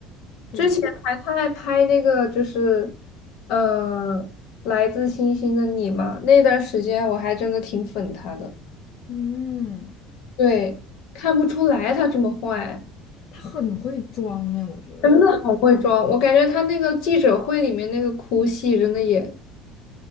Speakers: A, on the left (about 40°); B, on the left (about 55°).
A: 对，
B: 之前还他还拍那个就是，呃，来自星星的你嘛，那段时间我还真的挺粉他的，
A: 嗯，
B: 对，看不出来他这么坏，
A: 他很会装哎，我觉得
B: 真的好会装，我感觉他那个记者会里面那个哭戏真的也，